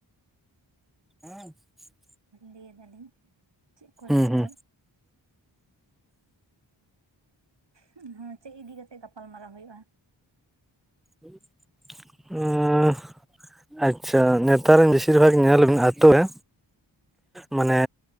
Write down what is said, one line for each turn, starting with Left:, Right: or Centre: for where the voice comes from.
Centre: <inaudible>
Right: ᱞᱟᱹᱭ ᱫᱟᱞᱤᱧ ᱪᱮᱫ ᱠᱚ
Centre: ᱦᱩᱸ-ᱦᱩᱸ
Right: ᱞᱟᱹᱭᱟ ᱦᱮᱸᱳ ᱪᱮᱫ ᱤᱫᱤ ᱠᱟᱛᱮᱜ ᱜᱟᱯᱟᱞ ᱢᱟᱨᱟᱣ ᱦᱩᱭᱩᱜᱼᱟ
Centre: ᱳᱸᱳᱸᱷ ᱟᱪᱪᱷᱟ ᱱᱮᱛᱟᱨ ᱨᱮᱱ ᱵᱮᱥᱤᱨ ᱵᱷᱟᱜᱽ ᱧᱮᱞ ᱢ-ᱟᱛᱳ ᱨᱮ ᱢᱟᱱᱮ